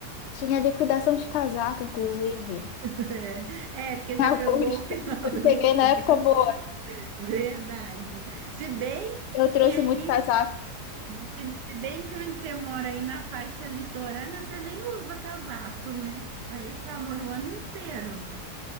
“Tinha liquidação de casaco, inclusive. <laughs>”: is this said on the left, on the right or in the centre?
Left